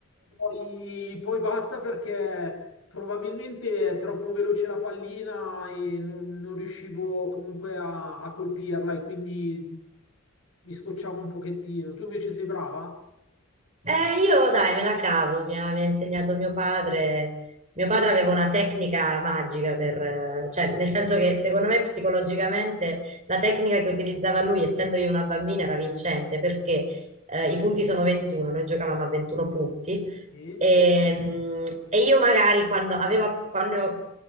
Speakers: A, on the left; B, on the right.
A: Poi, poi basta perché probabilmente è troppo veloce la pallina e non, non riuscivo comunque a, a colpirla e quindi mi scocciavo un pochettino. Tu invece sei brava?
B: Eh, io dai, me la cavo, mi ha, mi ha insegnato mio padre. Mio padre aveva una tecnica magica per, eh, cioè, nel senso che secondo me psicologicamente la tecnica che utilizzava lui, essendo io una bambina, era vincente perché eh, i punti sono 21, noi giocavamo a 21 punti
A: Sì?
B: e, mm, e io magari quando avevo, quando